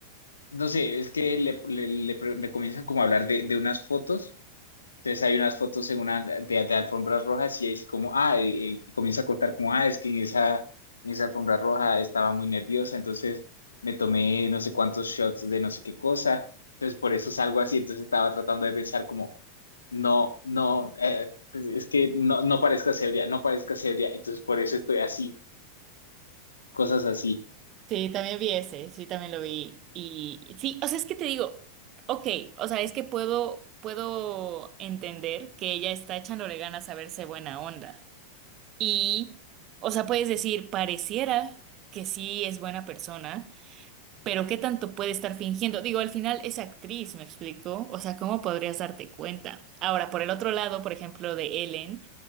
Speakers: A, on the left (about 75°); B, on the right (about 35°).
A: no sé, es que le, le, le pre- le comienzan como a hablar de, de unas fotos. Entonces hay unas fotos en una de, de alfombras rojas y ahí dice como, ah, eh, eh, comienza a contar como, ah, es que en esa, en esa alfombra roja estaba muy nerviosa, entonces me tomé no sé cuántos shots de no sé qué cosa, entonces por eso salgo así, entonces estaba tratando de pensar como, no, no, eh, pues, es que no, no parezca sebria, no parezca sebria, entonces por eso estoy así, cosas así.
B: Sí, también vi ese, sí, también lo vi. Y sí, o sea, es que te digo, ok, o sea, es que puedo, puedo entender que ella está echándole ganas a verse buena onda. Y, o sea, puedes decir, pareciera que sí es buena persona, pero ¿qué tanto puede estar fingiendo? Digo, al final es actriz, ¿me explico? O sea, ¿cómo podrías darte cuenta? Ahora, por el otro lado, por ejemplo, de Ellen.